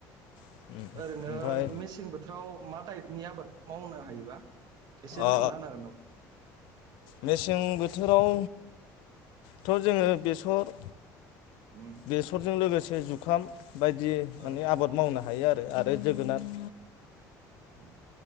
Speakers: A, on the left; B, on the right.
A: ओमफ्राय
B: ओरैनो मेसें बोथोराव मा टाइपनि आबाद मावनो हायोबा। एसे
A: ओ
B: बेखेवना होनो हागोन नामा?
A: मेसें बोथोराव थ' जोङो बेसर
B: उम
A: बेसरजों लोगोसे ए जुखाम बायदि
B: औ
A: माने आबाद मावना हायो आरो आरो जोगोनार
B: उम।